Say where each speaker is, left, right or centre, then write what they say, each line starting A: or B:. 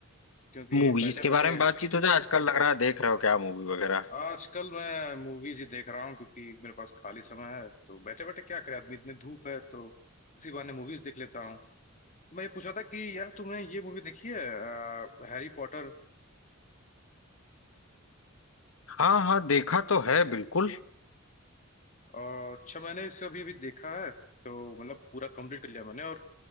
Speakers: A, on the left; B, on the left.
A: क्योंकि
B: मूवीज
A: बैठे
B: के
A: बैठे
B: बारे में बातचीत हो जाए आजकल लग रहा है देख रहे हो क्या मूवी वगैरह
A: आजकल मैं मूवीज ही देख रहा हूँ क्योंकि मेरे पास खाली समय है तो बैठे बैठे क्या करे आदमी इतनी धूप है तो इसी बहाने मूवीज देख लेता हूँ तो मैं ये पूछा था कि यार तुमने ये मूवी देखी है हैरी पॉटर
B: हाँ हाँ देखा तो है बिल्कुल
A: अच्छा मैंने इसे अभी अभी देखा है तो मतलब पूरा कंप्लीट कर लिया मैंने और